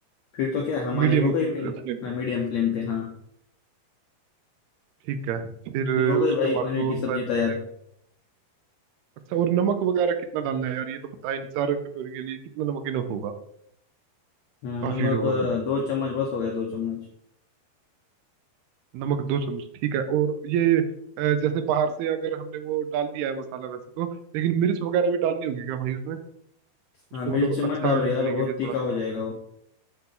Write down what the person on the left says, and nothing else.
फिर तो क्या हमारी
हो गई
फिर हाँ
मीडियम फ्लेम पे हाँ
फिर हो गई
भाई
पनीर
की
सब्जी
तैयार
हाँ,
नमक
अ, दो चम्मच बस हो गया दो चम्मच
हाँ मिर्च
मत
डालो यार
बहुत
तीखा
हो जाएगा वो